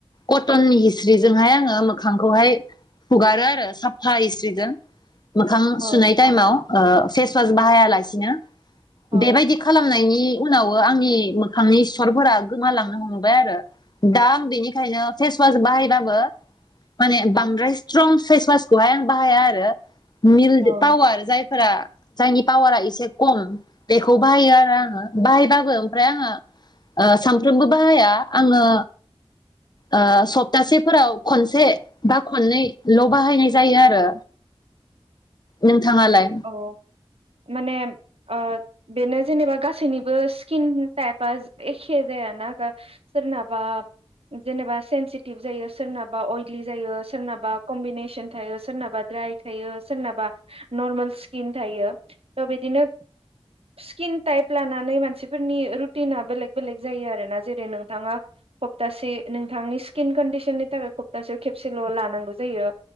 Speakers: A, on the left; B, on the right.
A: कटननि हिस्रिजोंहाय आङो मोखांखौहाय हुगारो आरो साफा हिस्रिजों। मोखां
B: औ
A: सुनाय टाइमाव ओ फेसवास बाहायालासिनो।
B: औ
A: बेबायदि खालामनायनि उनावबो आंनि मोखांनि सिथरफोरा गोमालांनो हमबाय आरो दा आं बेनिखायनो फेसवास बाहायबाबो माने बांद्राय स्ट्रं फेसवासखौहाय आं बाहाया आरो मिल
B: औ
A: पावार जायफ्रा जायनि पावारा एसे खम बेखौ बाहायो आरो आङो बाहायबाबो ओमफ्राय आङो ओ सानफ्रोमबो बाहाया आङो ओ सप्तासेफोराव खनसे बा खननै ल' बाहायनाय जायो आरो नों थाङालाय?
B: औ माने ओ बेनो जेनेबा गासैनिबो स्किन टाइपआ एखे जायाना दा सोरनाबा जेनेबा सेन्सिटिभ जायो सोरनाबा अयलि जायो सोरनाबा कम्बिनेसन थायो सोरनाबा द्राय थायो सोरनाबा नरमेल स्किन थायो थ' बिदिनो स्किन टाइप लानानै मानसिफोरनि रुटिना बेलेग बेलेग जायो आरोना जेरै नोंथाङा सप्तासे नोंथांनि स्किन कन्डिसननि थाखाय खप्तासेयाव खेबसेल लानांगौ जायो